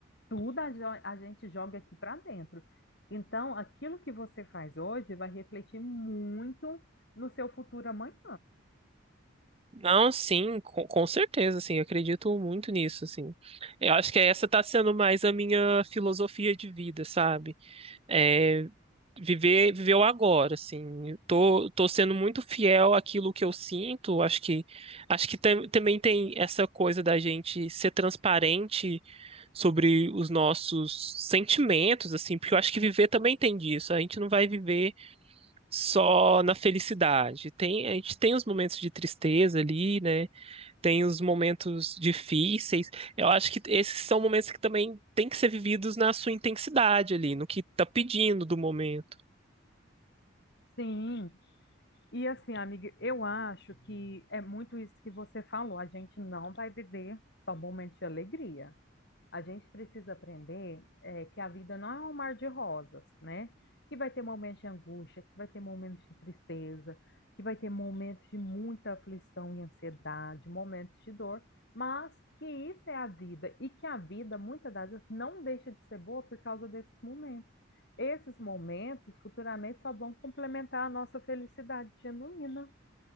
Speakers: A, on the left (about 55°); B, on the right (about 30°).
A: Tudo a, jo- a gente joga aqui para dentro. Então, aquilo que você faz hoje vai refletir muito no seu futuro amanhã.
B: Não, sim, com, com certeza, assim, eu acredito muito nisso, assim. Eu acho que essa tá sendo mais a minha filosofia de vida, sabe? É, viver, viver o agora, assim. Eu Tô, tô sendo muito fiel àquilo que eu sinto. Acho que, acho que tam- também tem essa coisa da gente ser transparente sobre os nossos sentimentos, assim, porque eu acho que viver também tem disso. A gente não vai viver só na felicidade. Tem, a gente tem os momentos de tristeza ali, né? Tem os momentos difíceis. Eu acho que esses são momentos que também têm que ser vividos na sua intensidade ali, no que tá pedindo do momento.
A: Sim, e assim, amiga, eu acho que é muito isso que você falou. A gente não vai viver só momentos de alegria. A gente precisa aprender é, que a vida não é um mar de rosas, né? Que vai ter momentos de angústia, que vai ter momentos de tristeza, que vai ter momentos de muita aflição e ansiedade, momentos de dor, mas que isso é a vida e que a vida, muitas das vezes, não deixa de ser boa por causa desses momentos. Esses momentos futuramente só vão complementar a nossa felicidade genuína.